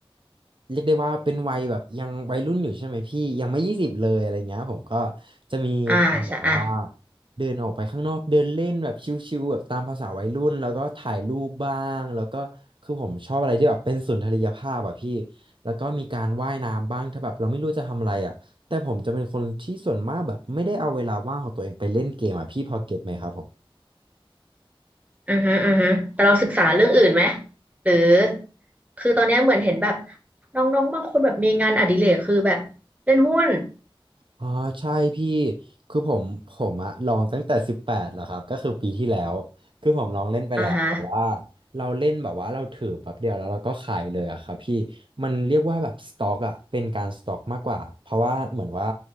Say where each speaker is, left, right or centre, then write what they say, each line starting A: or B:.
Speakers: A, on the right; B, on the right.
A: เรียกได้ว่าเป็นวัยแบบยังวัยรุ่นอยู่ใช่ไหมพี่ยังไม่ยี่สิบเลยอะไรเงี้ยผมก็จะมีการแบบว่า
B: อ่าใช่อ่ะ
A: เดินออกไปข้างนอกเดินเล่นแบบชิวๆแบบตามภาษาวัยรุ่นแล้วก็ถ่ายรูปบ้างแล้วก็คือผมชอบอะไรที่แบบเป็นสุนทรียภาพอะพี่แล้วก็มีการว่ายน้ำบ้างถ้าแบบเราไม่รู้จะทำอะไรอะแต่ผมจะเป็นคนที่ส่วนมากแบบไม่ได้เอาเวลาว่างของตัวเองไปเล่นเกมอะพี่พอเก็ตไหมครับผม
B: อือฮึอือฮึแต่เราศึกษาเรื่องอื่นไหมหรือคือตอนเนี้ยเหมือนเห็นแบบน้องๆบางคนแบบมีงานอดิเรกคือแบบเล่นหุ้น
A: อ๋อใช่พี่คือผมผมอะลองตั้งแต่สิบแปดแล้วครับก็คือปีที่แล้วคือผมลองเล่นไปแล้วแต่ว่า
B: อ่าฮะ
A: เราเล่นแบบว่าเราถือแป๊บเดียวแล้วเราก็ขายเลยอะครับพี่มันเรียกว่าแบบสต็อกอะเป็นการสต็อกมากกว่าเพราะว่าเหมือนว่า